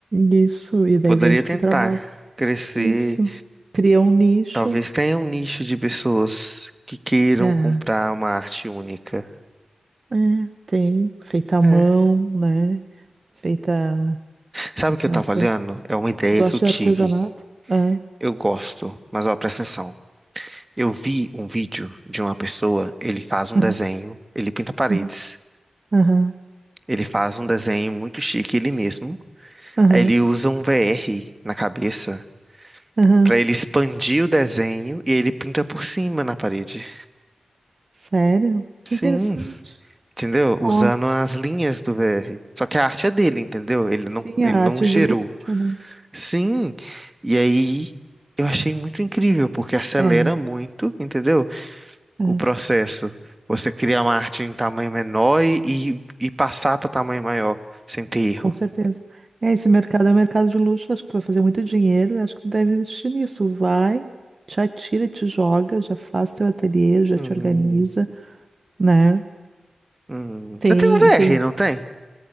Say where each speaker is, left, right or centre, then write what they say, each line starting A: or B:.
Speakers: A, on the right; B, on the right.
A: Isso, e daí
B: Poderia
A: vende
B: tentar
A: o teu trabalho.
B: crescer.
A: Isso. Cria um nicho.
B: Talvez tenha um nicho de pessoas que queiram
A: né
B: comprar uma arte única.
A: É, tem, feita à
B: É.
A: mão, né? Feita,
B: Sabe o que
A: não
B: eu tava
A: sei.
B: olhando? É uma ideia
A: Gosto
B: que eu tive.
A: de artesanato. Ah,
B: Eu gosto, mas ó, presta atenção. Eu vi um vídeo de uma pessoa, ele faz um
A: ah,
B: desenho, ele pinta paredes,
A: ah, aham,
B: ele faz um desenho muito chique ele mesmo,
A: aham,
B: aí ele usa um VR na cabeça
A: aham.
B: pra ele expandir o desenho e ele pinta por cima na parede.
A: Sério?
B: Sim,
A: Que interessante.
B: entendeu? Usando
A: Ó,
B: as linhas do VR. Só que a arte é dele, entendeu? Ele
A: sim,
B: não, ele
A: a
B: não
A: arte
B: gerou.
A: de luxo, né?
B: Sim, e aí eu achei muito incrível porque acelera
A: É,
B: muito, entendeu?
A: é,
B: o processo. Você cria uma arte em tamanho menor e, e e passar para tamanho maior, sem ter erro.
A: com certeza. É, esse mercado é um mercado de luxo, acho que tu vai fazer muito dinheiro e acho que tu deve investir nisso. Vai, te atira, te joga, já faz teu ateliê, já
B: Hum,
A: te organiza, né?
B: hum.
A: Tem,
B: Você tem um VR,
A: tem,
B: não tem?